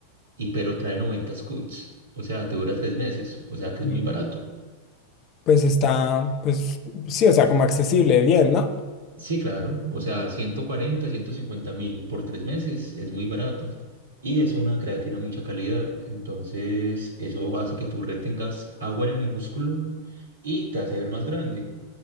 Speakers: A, on the right; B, on the left.
A: y pero trae 90 scoots, o sea, te dura tres meses, o sea que
B: Sí.
A: es muy barato.
B: Pues está, pues sí, o sea, como accesible, bien, ¿no?
A: Sí, claro. O sea, ciento cuarenta, ciento cincuenta mil por tres meses es muy barato. Y es una creatina de mucha calidad. Entonces, eso hace que tú retengas agua en el músculo y te hace ver más grande.